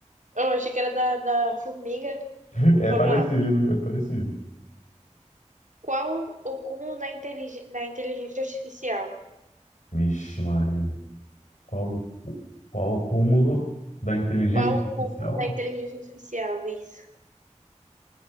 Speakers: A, on the right (about 85°); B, on the left (about 80°).
A: Eu achei que era da, da formiga.
B: <laughs> É
A: Vamos
B: parecido,
A: lá.
B: é parecido.
A: Qual o cúmulo da, intelig... da inteligência artificial?
B: Vixe, Maria. Qual, qual o cúmulo da inteligência
A: Qual
B: artificial?
A: o cúmulo da inteligência artificial? Isso.